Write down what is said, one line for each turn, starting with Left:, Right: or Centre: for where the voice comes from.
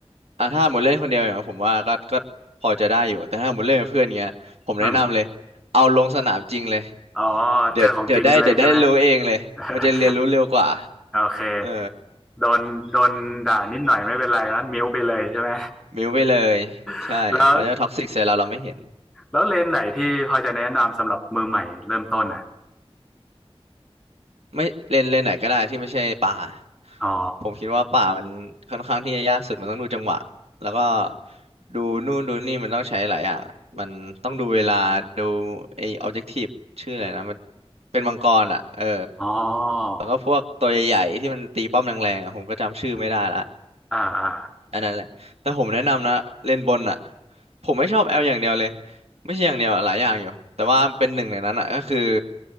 Right: อ่ะถ้าหมดเล่นคนเดียวอย่างผมว่าก็ก็พอจะได้อยู่แต่ถ้าหมดเล่นกับเพื่อนเงี้ยผมแนะนำเลยเอาลงสนามจริงเลย
Centre: อืม อ๋อ
Right: เดี๋ยวเดี๋ยวได้เดี๋ยวได้รู้เองเลยมันจะเรียนรู้เร็วกว่า
Centre: เจอของจริงเลยใช่ไหม <laughs> โอเค
Right: เออ
Centre: โดนโดนด่านิดหน่อยไม่เป็นไรนะมิวไปเลยใช่ไหม
Right: มิวไปเลยใช่เขาจะท็อกซิกใส่เราเราไม่เห็น
Centre: <laughs> แล้วแล้วเลนไหนที่พอจะแนะนำสำหรับมือใหม่เริ่มต้นอ่ะ
Right: ไม่เลนเลนไหนก็ได้ที่ไม่ใช่ป่า
Centre: อ๋อ
Right: ผมคิดว่าป่ามันค่อนข้างที่จะยากสุดมันต้องดูจังหวะแล้วก็
Centre: อืม
Right: ดูนู่นดูนี่มันต้องใช้หลายอย่างอะมันต้องดูเวลาดูไอ้ออบเจกทีฟชื่ออะไรนะมันเป็นมังกรอ่ะเออ
Centre: อ๋อ
Right: แล้วก็พวกตัวใหญ่ๆที่มันตีป้อมแรงๆอ่ะผมก็จำชื่อไม่ได้ละ
Centre: อ่าอ่า
Right: อันนั้นแหละแต่ผมแนะนำนะเลนบนอ่ะผมไม่ชอบแอลอย่างเดียวเลยไม่ใช่อย่างเดียวอะหลายอย่างอยู่แต่ว่าเป็นหนึ่งในนั้นอ่ะก็คือ